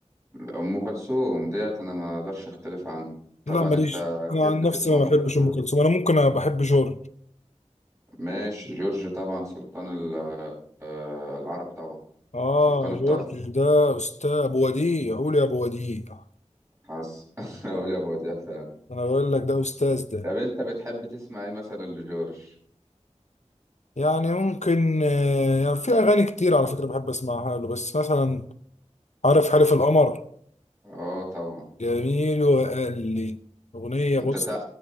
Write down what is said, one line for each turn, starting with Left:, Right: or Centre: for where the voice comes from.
Right: ام كلثوم ديت انا ما اقدرش اختلف عنها طبعا
Left: لا ماليش
Right: انت اكيد
Left: انا عن
Right: بتسمع
Left: نفسي
Right: ام
Left: ما بحبش
Right: كلثوم
Left: ام كلثوم انا ممكن أنا بحب جورج
Right: ماشي جورج طبعا سلطان ال- آه، العرب طبعا
Left: اه
Right: سلطان الطرب
Left: جورج ده استاذ ابو وديع قول يا ابو وديع
Right: حاسس <laughs> اقول يا ابو وديع فعلا
Left: انا بقول لك ده استاذ ده
Right: طب انت بتحب تسمع ايه مثلا لجورج
Left: يعني ممكن آه، يعني في اغاني كتير على فكره بحب اسمعها له بس مثلا عارف حلف القمر
Right: اه طبعا
Left: جميل وقال لي اغنيه بص
Right: انت تع...